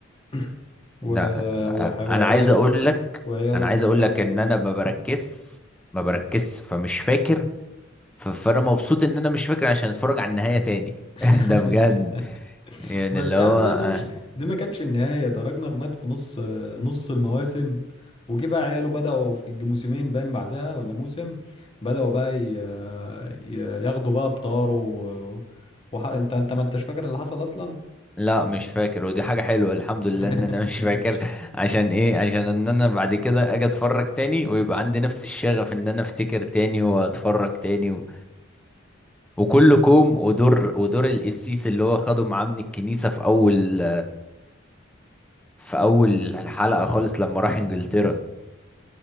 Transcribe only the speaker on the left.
<clears throat>
و... وح- وعياله
وعياله
لما
كانوا
بي
<laughs>
بس
يا عم لا
دي مش دي ما كانتش النهاية ده راجنر مات في نص نص المواسم وجي بقى عياله بدأوا في موسمين باين بعدها ولا موسم بدأوا بقى ي... ي- ياخدوا بقى بطاره و... وح... انت انت ما انتش فاكر اللي حصل اصلا
<laughs>
ماشي.